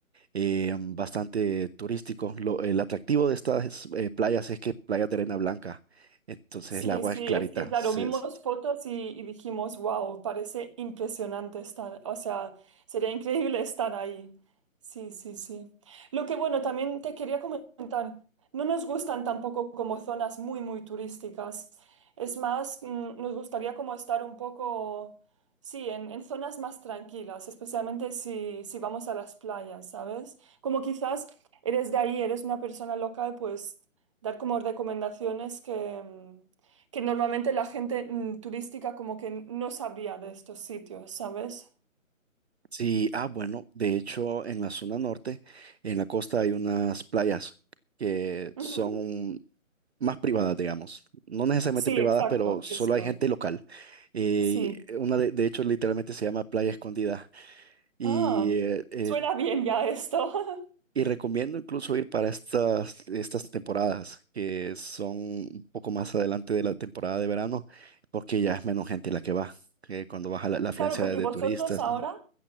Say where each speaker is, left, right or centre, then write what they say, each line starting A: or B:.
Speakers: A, on the right (about 50°); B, on the right (about 20°).
A: eh, bastante turístico. Lo- el atractivo de estas eh, playas es que playas de arena blanca, entonces
B: Sí,
A: el agua
B: sí,
A: es clarita.
B: es que claro,
A: Se-
B: vimos
A: se-
B: fotos y, y dijimos, wow, parece impresionante estar, o sea, sería increíble estar ahí. Sí, sí, sí. Lo que bueno, también te quería comentar, no nos gustan tampoco como zonas muy, muy turísticas. Es más, mm, nos gustaría como estar un poco, sí, en, en zonas más tranquilas, especialmente si, si vamos a las playas, ¿sabes? Como quizás eres de ahí, eres una persona local, pues dar como recomendaciones que... mm, que normalmente la gente mm, turística como que no sabría de estos sitios, ¿sabes?
A: sí, ah, bueno, de hecho en la zona norte, en la costa hay unas playas que
B: Ujú.
A: son más privadas, digamos. No necesariamente
B: Sí,
A: privadas,
B: exacto,
A: pero solo
B: esto.
A: hay gente local. Eh,
B: Sí.
A: una de, de hecho literalmente se llama Playa Escondida y
B: Ah,
A: eh, eh,
B: suena bien ya esto. <laughs>
A: Y recomiendo incluso ir para estas, estas temporadas, que son un poco más adelante de la temporada de verano, porque ya es menos gente la que va, que cuando baja la, la afluencia
B: Claro, porque
A: de, de
B: vosotros
A: turistas.
B: ahora,
A: mm,